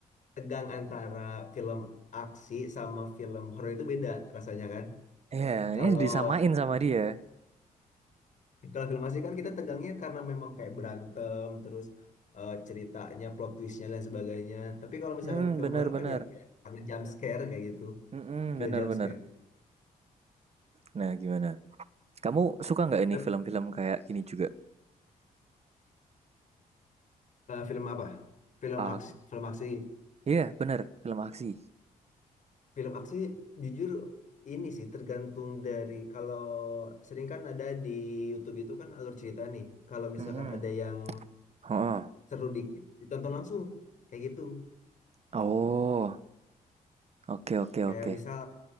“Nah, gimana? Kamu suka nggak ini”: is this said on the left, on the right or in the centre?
Right